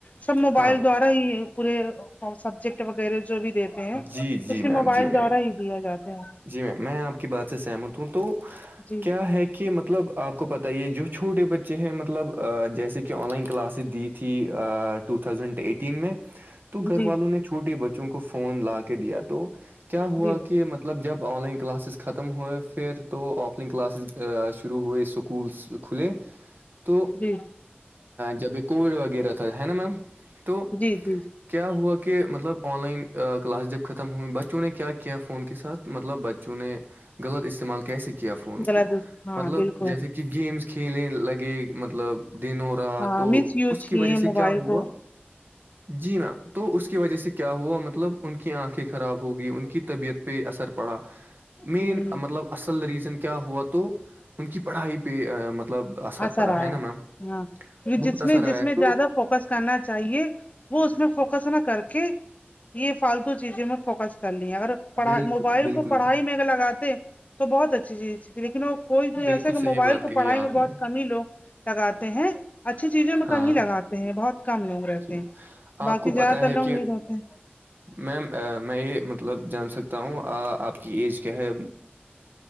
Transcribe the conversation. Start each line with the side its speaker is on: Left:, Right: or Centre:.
Left: سب موبائل
Right: ہاں
Left: دوارا پورے سبجیکٹ وغیرہ جو بھی دیتے ہیں
Right: جی جی
Left: اسے
Right: میم
Left: موبائل
Right: جی میم
Left: دورہ ہی دیا جاتے ہیں
Right: جی میم میں آپ کی بات سے سہمت ہوں تو
Left: جی
Right: کیا ہے کہ مطلب آپ کو پتہ ہی ہے جو چھوٹے بچے ہیں مطلب جیسے آن لائن کلاسز دی تھی ٹو تھاؤزینڈ ایٹین میں تو گھر
Left: جی
Right: والوں نے چھوٹی بچوں کو فون لا کے دیا تو کیا ہوا
Left: جی
Right: کہ مطب مطلب جب آن لائن کلاسز ختم ہوئے پھر تو آف لائن کلاسز شروع ہوئے اسکولس کھلے تو
Left: جی
Right: جب یہ کووڈ وغیرہ تھا ہے نا میم تو
Left: جی جی
Right: کیا ہوا کہ مطلب آن لائن کلاس جب ختم ہوئی بچوں نے کیا کیا فون کے ساتھ مطلب بچوں نے غلط استعمال کیسے کیا فون
Left: غلط
Right: کو
Left: ہاں
Right: مطلب
Left: بالکل
Right: جیسے کہ گیمس کھیلنے لگے مطلب دنوں رات
Left: ہاں
Right: تو
Left: مس یوز
Right: اس کی
Left: کیے
Right: وجہ
Left: موبائل
Right: سے کیا ہوا
Left: کو
Right: جی میم تو اس کی وجہ سے کیا ہوا مطلب مطلب ان کی آنکھیں خراب ہو گی ان کی طبیعت پہ اثر پڑا مین
Left: ہ
Right: مطلب اصل ریزن کیا ہوا تو ان کی پڑھائی پہ مطلب
Left: اثر
Right: پڑا ہے
Left: آیا
Right: نا میم
Left: ہاں یہ
Right: بہت
Left: جس
Right: اثر
Left: میں جس
Right: آیا
Left: میں
Right: تو
Left: زیادہ فوکس کرنا چاہیے وہ اس میں فوکس نہ کر کے یہ فالتو چیزیں میں فوکس کر‌ لیا اگر پڑھائی
Right: بالکل
Left: موبائل
Right: بالکل
Left: کو پڑھائی میں اگر لگاتے تو بہت اچھی چیز تھی لیکن وہ کوئی بھی
Right: بالکل
Left: ایسے کہ
Right: صحیح
Left: موبائل
Right: بات
Left: کو
Right: کہی
Left: پڑھائی
Right: ہے آپ
Left: میں بہت
Right: نے
Left: کم لوگ لگاتے ہیں اچھی چیزوں میں
Right: ہاں
Left: کمی ہی لگاتے ہیں بہت کم لوگ رہتے
Right: جی
Left: ہیں
Right: آپ
Left: باقی
Right: کو
Left: زیادہ
Right: پتہ
Left: تر
Right: ہے
Left: لوگ
Right: کہ
Left: یہ رہتے ہیں
Right: میم میں یہ مطلب جان سکتا ہوں آپ کی ایج کیا ہے ابھی